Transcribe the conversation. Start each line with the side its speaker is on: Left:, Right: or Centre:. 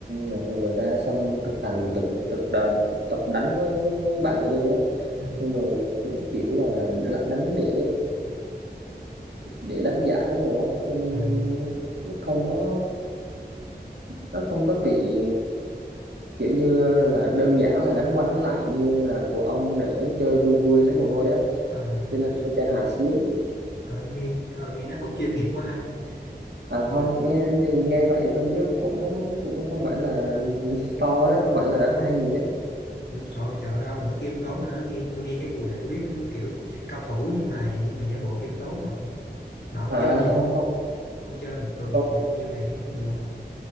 Right: nè, rồi ra sân thực hành thực thực đoàn tập đánh với, với bạn của tôi á
Left: ừ.
Right: nên rồi cũng kiểu là lạ- đánh để để đánh giải rồi á cho nên
Left: rồi
Right: nó không có nó không có bị kiểu như là đơn giản là đánh qua đánh lại như là của ông để chơi vui vui lấy mồ hôi á
Left: à
Right: cho nên
Left: trời,
Right: tôi chơi hạt xíu
Left: trời ơi, nghe ờ, nghe nó cũng chuyên nghiệp quá ha
Right: à
Left: ủa
Right: không nghe thì nghe vậy thôi chứ cũng cũng không phải là gì to ấy, không phải là đánh hay gì hết
Left: ông trời trời ơi, ông nữa khiêm tốn nữa nghe tôi nghe cái mùi là tôi biết kiểu cao thủ nhưng mà nhưng mà giả bộ khiêm tốn rồi Mà ông
Right: à
Left: chơi nhiều
Right: không
Left: không?
Right: không
Left: Ông chơi một tuần
Right: tôi,
Left: nhiêu ngày á, nhiều không?